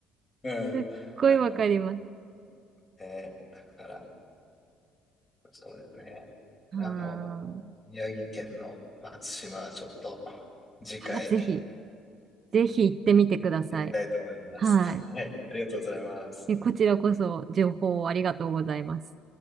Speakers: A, on the left (about 25°); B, on the right (about 45°).
A: べる。
B: すっごいわかります。
A: うん、あの、えーだから、そうだよね。
B: は
A: あの、
B: ー
A: 宮城県の松島はちょっと、次回、
B: あ。ぜひ、ぜひ行ってみてください。
A: 行ってみたいと思います。
B: はい。
A: <laughs> はい、ありがとうございます。
B: えこちらこそ情報をありがとうございます。